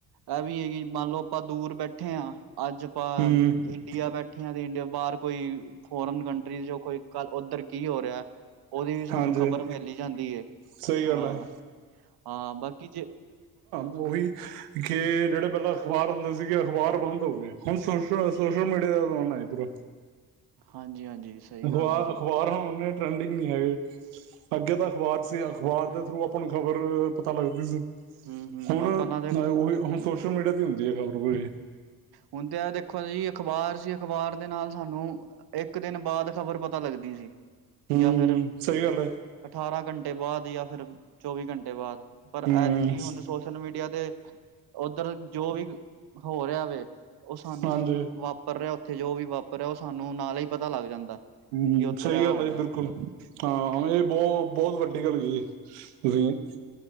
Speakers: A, on the right; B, on the right.
A: ਇਹ ਵੀ ਹੈ ਜੀ ਮੰਨ ਲਓ ਆਪਾਂ ਦੂਰ ਬੈਠੇ ਹਾਂ ਅੱਜ ਆਪਾਂ
B: ਹੂੰ
A: ਇੰਡੀਆ ਬੈਠੇ ਆ ਤੇ ਇੰਡੀਆ ਬਾਹਰ ਕੋਈ ਫੋਰਨ ਕੰਟਰੀ ਕੋਈ ਕੱਲ ਉੱਧਰ ਕੀ ਹੋ ਰਿਹਾ ਉਹਦੀ ਵੀ ਸਾਨੂੰ
B: ਹਾਂਜੀ
A: ਖਬਰ ਮਿਲ ਹੀ ਜਾਂਦੀ ਹਾਂ
B: ਸਹੀ ਗੱਲ ਹੈ
A: ਹਾਂ ਬਾਕੀ ਜੇ।
B: ਓਹੀ ਕੇ। ਜਿਹੜੇ ਪਹਿਲਾਂ ਅਖ਼ਬਾਰ ਹੁੰਦੇ ਸੀ ਅਖ਼ਬਾਰ ਬੰਦ ਹੋ ਗਏ ਹੁਣ ਸੋਸ਼ਲ ਮੀਡੀਆ ਦਾ ਜਮਾਨਾ ਹੈ ਅੱਜਕਲ।
A: ਹਾਂਜੀ ਹਾਂਜੀ। ਸਹੀ
B: ਅਖ਼ਬਾਰ
A: ਗੱਲ ਹੈ ਜੀ
B: ਅਖ਼ਬਾਰ ਹ ਉਹਨੇ। ਰੰਡਿੰਗ ਨੀ ਹੈ । ਅੱਗੇ ਤਾਂ ਅਖ਼ਬਾਰ ਸੀ। ਅਖ਼ਬਾਰ ਦੇ ਥਰੂ ਆਪਾ ਨੂੰ ਖ਼ਬਰ ਪਤਾ ਲੱਗਦੀ ਸੀ।
A: ਹਮ ਹਮ
B: ਹੁਣ
A: ਪਹਿਲਾਂ ਦੇ
B: ਉਹੀ
A: ਹਮ
B: ਹੁਣ ਸੋਸ਼ਲ ਮੀਡੀਆ ਤੇ ਹੁੰਦੀ ਹੈ ਖ਼ਬਰ। ਪੂਰੀ
A: ਹੁਣ ਤੇ ਆ ਦੇਖ। ਖਾਲੀ ਅਖ਼ਬਾਰ ਸੀ। ਅਖ਼ਬਾਰ ਦੇ ਨਾਲ ਸਾਨੂੰ। ਇੱਕ ਦਿਨ ਬਾਅਦ ਖ਼ਬਰ ਪਤਾ ਲੱਗਦੀ ਸੀ।
B: ਹੂੰ
A: ਜਾਂ ਫਿਰ
B: ਸਹੀ ਗੱਲ ਹੈ
A: ਅਠਾਰਾਂ ਘੰਟੇ। ਤੇ ਬਾਅਦ ਆ ਫਿਰ ਚੌਵੀ ਘੰਟੇ ਬਾਅਦ ਪਰ
B: ਹੂੰ
A: ਅੱਜ ਕੀ ਹੁਣ ਸੋਸ਼ਲ ਮੀਡੀਆ ਤੇ। ਉੱਧਰ ਜੋ ਵੀ ਹੋ ਰਿਹਾ ਵੈ। ਉਹ ਸਾਨੂੰ
B: ਹਾਂਜੀ
A: ਵਾਪਰ ਰਿਹਾ ਇੱਥੇ ਜੋ ਵੀ ਵਾਪਰਿਆ ਉਹ ਸਾਨੂੰ ਨਾਲ ਹੀ ਪਤਾ ਲੱਗ ਜਾਂਦਾ।
B: ਹਮ
A: ਕਿ ਉੱਧਰ
B: ਸਹੀ
A: ਇਹ
B: ਗੱਲ
A: ਹੋ
B: ਹੈ
A: ਰਿਹਾ
B: ਜੀ ਬਿਲਕੁਲ ਹਾਂ ਇਹ ਬਹੁਤ ਬਹੁਤ ਵੱਡੀ ਗੱਲ ਗ ਤੁਸੀਂ।